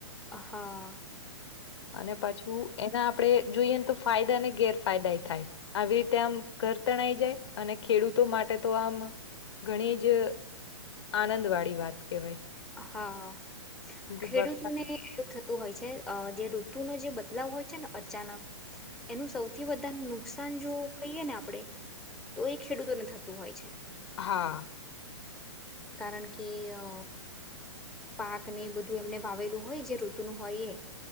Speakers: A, in the centre; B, on the left.
A: હા.
B: અને પાછું એના આપડે જોઈએ ને તો ફાયદા ને ગેરફાયદા ય થાય આવી રીતે આમ ઘર તણાઈ જાય અને ખેડૂતો માટે તો આમ ઘણી જ આનંદ વાળી વાત કહેવાય
A: હા
B: કેમ કે
A: ખેડૂતોને
B: વરસાદ
A: એવું થતું હોય છે અ જે ઋતુનો જે બદલાવ હોય છે ને અચાનક એનું સૌથી વધારે નુકસાન જો કહીએ ને આપણે તો એ ખેડૂતોને થતું હોય છે.
B: હા.
A: કારણ કે અ.. પાક ને એ બધું એમને વાવેલું હોય જે ઋતુનું હોય એ.